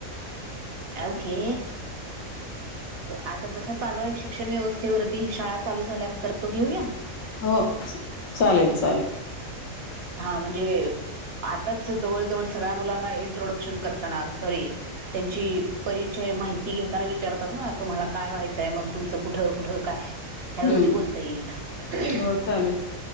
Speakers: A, on the right; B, on the left.
A: आवके आता जसा चालू आहे शिक्षण व्यवस्थेवरती शाळा चालू झाल्यात तर तो घेऊ या.
B: हो चालेल चालेल.
A: हा म्हणजे? आताच जवळ जवळ सगळ्या मुलांना इंट्रोडक्शन करताना सॉरी त्यांची परिचय माहिती घेताना विचारतात ना तुम्हाला काय व्हायचंय मग तुमचं कुठं कुठं काय यावरती
B: हम्म
A: ती बोलता येईल
B: हो चालेल